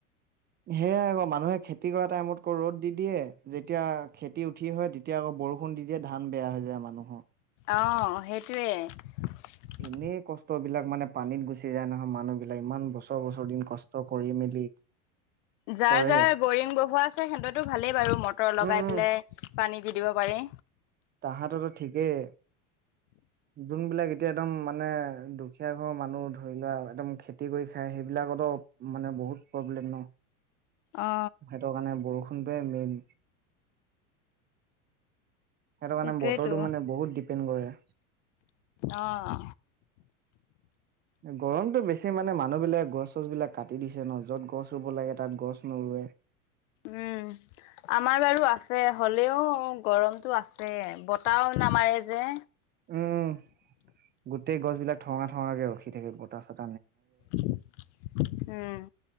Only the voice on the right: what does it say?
সেয়াই আকৌ মানুহে খেতি কৰা টাইমত আকৌ ৰ'দ দি দিয়ে যেতিয়া খেতি উঠি হয় তেতিয়া আকৌ বৰষুণ দি - দিয়ে ধান বেয়া হৈ যায় মানুহৰ।
এনেই কষ্টবিলাক মানে পানীত গুচি যায় নহয় মানুহবিলাক ইমান বছৰ - বছৰ দিন কষ্ট কৰি মেলি
কৰে
উম উম
তাহাতো ঠিকেই যোনবিলাক এতিয়া একদম মানে দুখীয়া অ, মানুহ ধৰি লোৱা একদম খেতি কৰি খাই সেইবিলাকতো মানে বহুত প্ৰব্লেম ন।
সেইটো কাৰণে বৰষুণটোৱে মেইন। সেইটো কাৰণে
বতৰটো মানে বহুত ডিপেণ্ড কৰে।
গৰমতটো বেছি মানে মানুহবিলাকে গছ চছ বিলাক কাটি দিছে ন য'ত গছ ৰুব লাগে তাত গছ নৰুয়। উম,
উম, গোটেই গছ বিলাক ঠঙা - ঠঙাকে ৰখি থাকে বতাহ চাত